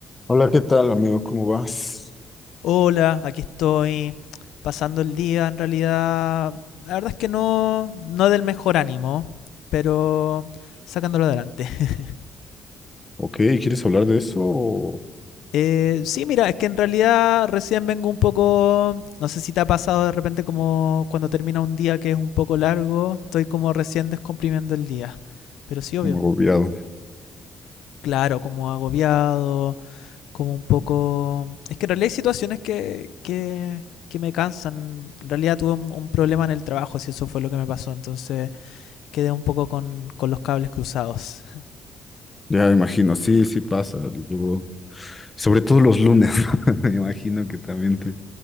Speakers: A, on the left; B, on the left.
A: Hola, ¿qué tal, amigo? ¿Cómo vas?
B: Hola, aquí estoy pasando el día. En realidad, la verdad es que no, no del mejor ánimo, pero sacándolo adelante. <laughs>
A: Ok, ¿quieres hablar de eso o
B: Eh, sí, mira, es que en realidad recién vengo un poco, no sé si te ha pasado de repente como cuando termina un día que es un poco largo, estoy como recién descomprimiendo el día, pero sí, obvio.
A: como agobiado?
B: Claro, como agobiado, como un poco... Es que en realidad hay situaciones que, que, que me cansan. En realidad tuve un, un problema en el trabajo, si eso fue lo que me pasó. Entonces quedé un poco con, con los cables cruzados. <laughs>
A: Ya me imagino, sí, sí pasa. Luego, sobre todo los lunes, <laughs> me imagino que también te,